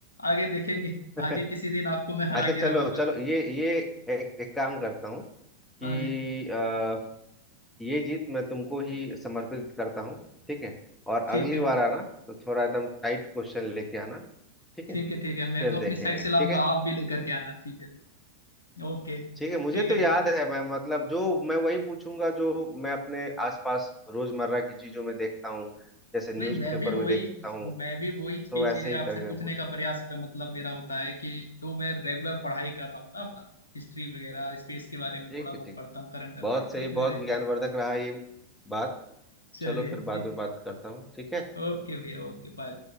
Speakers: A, on the left; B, in the centre.
A: आगे देखेंगे
B: <laughs>
A: आगे किसी दिन आपको मैं हरा
B: अच्छा चलो
A: के रहूंगा
B: चलो ये ये एक, एक काम करता हूँ
A: हाँ
B: कि
A: जी
B: अ, ये जीत मैं तुमको ही समर्पित करता हूँ ठीक है और
A: ठीक
B: अगली
A: है
B: बार आना तो थोड़ा एकदम टाइट क्वेश्चन लेके आना ठीक
A: ठीक
B: है
A: है ठीक है मैं
B: फिर
A: तो
B: देखेंगे
A: अपनी साइड से लाऊंगा
B: ठीक है
A: आप भी लेकर के आना ठीक है ओके
B: ठीक है मुझे
A: ठीक
B: तो
A: है
B: याद है मैं मतलब जो मैं वही पूछूंगा जो मैं अपने आसपास रोजमर्रा की चीजों में देखता हूँ जैसे न्यूज़पेपर
A: नहीं मैं भी वही
B: में देखता हूँ
A: मैं भी वही चीज
B: तो ऐसे
A: चीजें
B: ही
A: आपसे
B: करके
A: पूछने
B: मैं पूछूंगा
A: का प्रयास का मतलब मेरा होता है कि जो मैं रेगुलर पढ़ाई कर रहा हूँ ना अपना हिस्ट्री वगैरह स्पेस के बारे में
B: ठीक
A: थोड़ा बहुत
B: है ठीक
A: पढ़ता
B: है
A: हूँ करंट अफेयर
B: बहुत सही
A: वही मेरे
B: बहुत ज्ञानवर्धक रहा ये बात
A: चलिए
B: चलो फिर
A: ठीक
B: बाद में बात करता हूँ ठीक है
A: ओके भैया ओके बाय